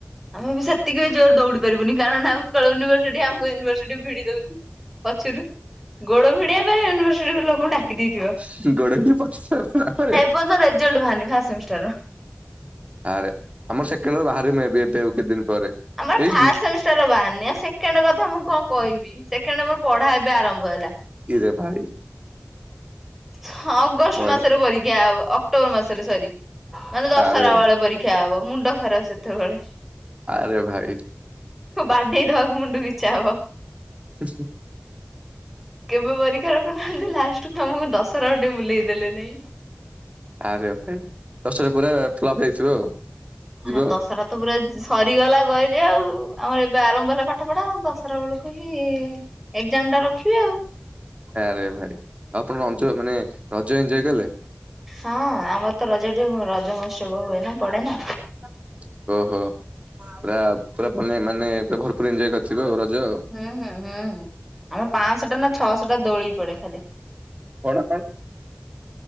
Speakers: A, in the centre; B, on the right.
A: ଆମେ ବି ସେତିକି ବି ଜୋର ଦଉଡି ପାରିବୁନି କାରଣ ନା ଉତ୍କଳୟନିଭର୍ସିଟି ଆମ ୟୁନ୍ଭର୍ସିଟି ଭିଡି ଦଉଛି। ପଛରୁ ଗୋଡ ଭିଡିିବା ପାଇଁ ୟୁନିଭର୍ସିଟି ଲୋକଙ୍କୁ ଡାକି ଦେଇଥିବ।
B: ସି ଗଡେ <unintelligible>
A: ଭନ ରେଜଲ୍ଟ ବାହାରିନି ଫାଷ୍ଟ ସେମେଷ୍ଟ୍ରର
B: ଆରେ ଆମର ସେକେଣ୍ଡରୁ ବାହାରିବି ଏ ଏବେ ଆଉ କିଛି ଦିନି ପରେ।
A: ଆମର
B: ଏଇ
A: ଫା <unintelligible> ସେରା ବାହାରିନି ଆଉ ସେକେଣ୍ଡ କଥା ମୁଁ କଣ କହିବି ସେକେଣ୍ଡ ମୋର ପଢା ଏବେ ଆରମ୍ଭ ହେଲା।
B: ଇରେ ଭାଇ <unintelligible>
A: ହଁ ଅଗଷ୍ଟ
B: ବଢିଆ
A: ମାସରେ ପରୀକ୍ଷା ହବ ଅକ୍ଟୋବର ମାସରେ ସରି ମାନେ ଦଶହରା
B: ଆରେ
A: ବେଳେ ପରୀକ୍ଷା। ଦେଖା ହବ ମୁଣ୍ଡ ଖରାପ ସେତେବେଳେ।
B: ଆରେ ଭାଇ
A: ବାଡେଇ ଦବାକୁ ମୁଣ୍ଡୁକୁ ବିଚଛା ହବ।
B: ହେ ସେ <unintelligible>
A: କେବେ ପରୀକ୍ଷା ରଖୁନାହାନ୍ତି ଲାଷ୍ଟକୁ ଆମକୁ ଦଶହରା ଆ ଟିକେ ବୁଲେଇ ଦେଲେ ନାଇଁ।
B: ଆରେ ଭାଇ ଦଶରେ ପୁରା- ଫ୍ଲପ୍ ହେଇଥିବ ଆଉ ଯିବ
A: ହଁ
B: ଆଉ।
A: ଦଶରା ତ ପୁରା ସରିଗଲା ଗହିଲେ ଆଉ ଆମର ଏବେ ଆରମ୍ଭ ହେଲା ପାଠ ପଢା ଆ ଦଶରା ବେଳକୁ- କୁ ହିଁ ଏକ୍ଜାମ ଟା ରଖିବି ଆଉ-
B: ଆରେ ଭାଇ ଆଉ ଆପଣ ଙ୍କ ଅଞ୍ଚଳ ରେ ମାନେ ରଜ ଏଞ୍ଜୟ କଲେ।
A: ହଁ, ଆମର ତ ରଜ ଏଠି, ରଜ ମହୋତ୍ସବ ହୁଏ! ନା ପଡେ
B: ହ
A: ନା।
B: <inaudible> ଓହୋ, ପୁରା ପୁନେଇ ମାନେ ପୁରା ଭରପୁର ଏଞ୍ଜୟ କରିଥିବେ ଆଉ ରଜ ଆଉ!
A: ହୁଁ, ହୁଁ, ହୁଁ ଆମର ପାଞ୍ଚଶହ ଟା ନା ଛଅଶହ ଟା ଦୋଳି ପଡେ ଖାଲି!
B: କଣ କଣ?